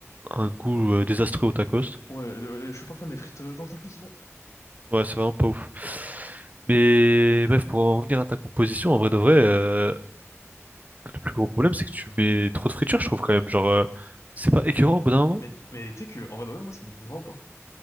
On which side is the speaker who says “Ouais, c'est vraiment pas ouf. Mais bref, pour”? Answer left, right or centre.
Right